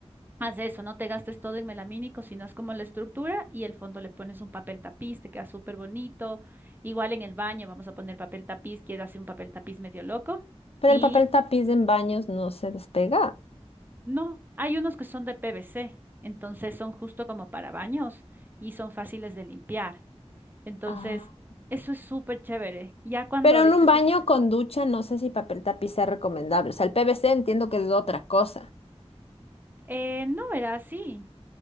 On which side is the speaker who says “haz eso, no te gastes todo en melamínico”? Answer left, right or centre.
Right